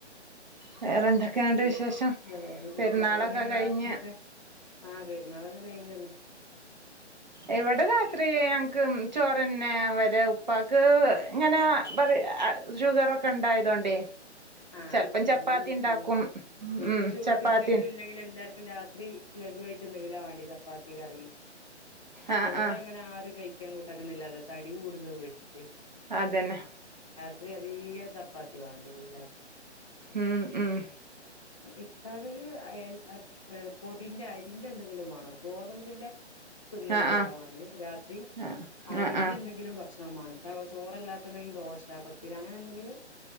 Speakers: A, on the right (about 40°); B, on the left (about 30°).
A: വേറെ എന്തൊക്കെയുണ്ട്
B: ഉം
A: വിശേഷം
B: വേറെന്തൊക്കെ
A: പെരുന്നാളൊക്കെ
B: അവിടെങ്ങനെയാ
A: കഴിഞ്ഞ്
B: രാത്രിയൊക്കെ ആ പെരുന്നാളൊക്കെ കഴിഞ്ഞല്ലോ
A: ഇവിടെ രാത്രി ഞങ്ങക്ക് ചോറെന്നെ, ഇവരെ ഉപ്പാക്ക് ഇങ്ങനെ പറ ഷുഗറൊക്കെ ഇണ്ടായതോണ്ടെ
B: ആഹ്
A: ചെലപ്പം ചപ്പാത്തി
B: അതന്നെ ഇപ്പ
A: ഇണ്ടാക്കും,
B: എല്ലാർക്കും ഇപ്പൊ
A: ഉം
B: ഷുഗർ
A: ചപ്പാത്തിയെൻ
B: ഉണ്ടെങ്കിലും ഇല്ലെങ്കിലും എല്ലാർക്കും രാത്രി ലഗുവായിട്ട് എന്തെങ്കിലുവാ വാണ്ടി ചപ്പാത്തി കറി.
A: ആഹ്
B: ചോറങ്ങനെ
A: ആഹ്
B: ആരും കയി ക്കാൻ കൂട്ടാക്ക്ന്നില്ലല്ലോ തടിം കൂടുന്ന് പേടിച്ചിട്ട്
A: അതെന്നെ
B: ചെറീയ ചപ്പാത്തി വാണ്ട്യരുലെഹ്
A: ഉം ഉം
B: ഇത്തരുവി അഹ് പൊടിന്റെ അരിന്റെ എന്തെങ്കിലു വാണം. ഗോതമ്പിന്റെ തിന്നല്
A: ആഹ്
B: കൊറവാണ് രാത്രി
A: ആഹ്
B: അരിന്റെ
A: ആഹ് ആഹ്
B: എന്തെങ്കിലും ഭക്ഷ- ആമാനു <unintelligible> ചോറല്ലാത്തത് <unintelligible> ദോശ പത്തിരി അങ്ങനെന്തെങ്കിലും